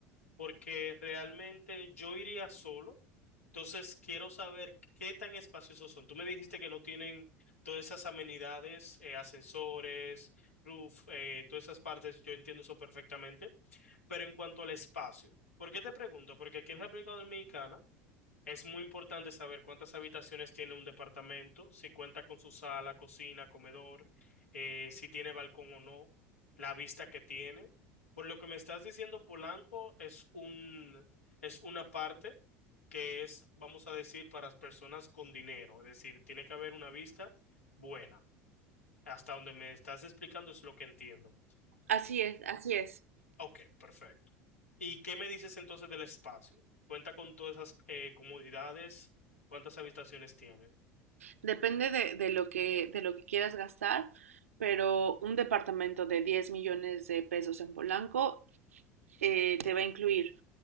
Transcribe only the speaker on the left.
porque realmente yo iría solo, entonces quiero saber qué tan espaciosos son. Tú me dijiste que no tienen todas esas amenidades, eh, ascensores, roof, eh, todas esas partes, yo entiendo eso perfectamente. Pero en cuanto al espacio, ¿por qué te pregunto? Porque aquí en República Dominicana es muy importante saber cuántas habitaciones tiene un departamento, si cuenta con su sala, cocina, comedor, eh, si tiene balcón o no, la vista que tiene. Por lo que me estás diciendo, Polanco es un, es una parte que es, vamos a decir, para las personas con dinero. Es decir, tiene que haber una vista buena. Hasta donde me estás explicando es lo que entiendo.
Ok, perfecto. ¿Y qué me dices entonces del espacio? ¿Cuenta con todas esas eh, comodidades? ¿Cuántas habitaciones tiene?